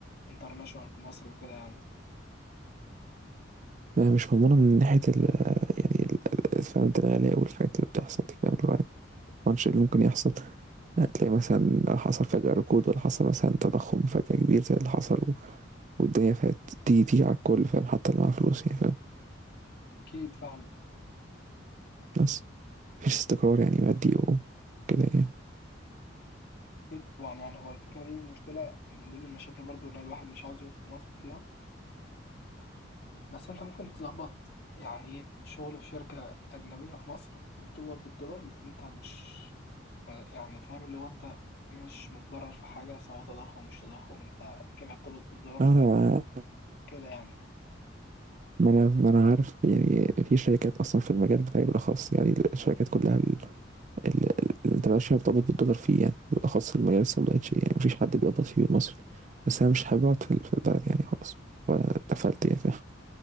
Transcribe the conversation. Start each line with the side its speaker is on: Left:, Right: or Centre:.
Left: انترناشونال في مصر وكده يعني
Right: ما- مش مضمونة من ناحية ال يعني ال- ال- فاهم انت الغلاء والحاجات اللي بتحصل دي فاهم اللي هو يعني الماتش اللي ممكن يحصل هتلاقي مثلا حصل فجأة ركود ولا حصل مثلا تضخم فجأة كبير زي اللي حصل و- والدنيا فات دي دي على الكل فاهم حتى اللي معاه فلوس يعني فاهم
Left: أكيد فاهم
Right: بس مفيش استقرار يعني مادي وكده يعني
Left: أكيد طبعا يعني هو الفكرة دي مشكلة من ضمن المشاكل برضو اللي الواحد مش عاوز يقعد في مصر فيها بس أنت ممكن تظبط يعني إيه شغل في شركة أجنبية في مصر يبقى بتقبض بالدولار يبقى أنت مش يعني فاهم اللي هو أنت مش متضرر في حاجة سواء تضخم مش تضخم أنت كده بتقبض بالدولار
Right: أنا
Left: فكده يعني
Right: ما أنا ما أنا عارف يعني في شركات أصلا في المجال بتاعي بالأخص يعني الشركات كلها ال- ال- ده مبقاش مرتبط بالدولار فيه يعني بالأخص المجال السوداء شيء يعني مفيش حد بيقبض فيه المصري بس أنا مش حابب أقعد في ال- في البلد يعني خلاص وأنا اتقفلت يا فاهم